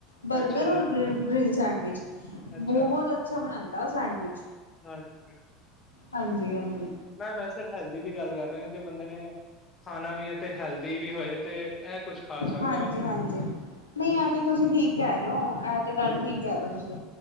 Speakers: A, on the left; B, on the left.
A: ਬਰਗਰ
B: ਅੱਛਾ ਜੀ
A: ਔਰ ਗ ਗ੍ਰੀਨ ਸੈਂਡਵਿਚ
B: ਅੱਛਾ
A: ਬਹੁਤ ਅੱਛਾ ਬਣਾਂਦਾ ਸੈਂਡਵਿਚ।
B: ਹਾਂਜੀ।
A: ਹਾਂਜੀ-ਹਾਂਜੀ
B: ਹੂੰ, ਮੈਂ, ਵੈਸੇ ਹੈਲਦੀ ਦੀ ਗੱਲ ਕਰਦੇ ਨੇ, ਜੇ ਬੰਦੇ ਨੇ ਖਾਣਾ ਵੀ ਏ, ਤੇ ਹੈਲਦੀ ਵੀ ਹੋਏ ਤੇ ਇਹ ਕੁਛ ਖਾ ਸਕਦਾ
A: ਹਾਂਜੀ-
B: ਵਾ
A: ਹਾਂਜੀ। ਨਹੀਂ
B: ਹੂੰ
A: ਆਜ ਤੁਸੀਂ ਠੀਕ ਕਹਿ ਰਹੇ ਹੋ, ਐ, ਤੇ ਗੱਲ ਠੀਕ ਕਹਿ ਰਹੇ ਹੋ ਤੁਸੀਂ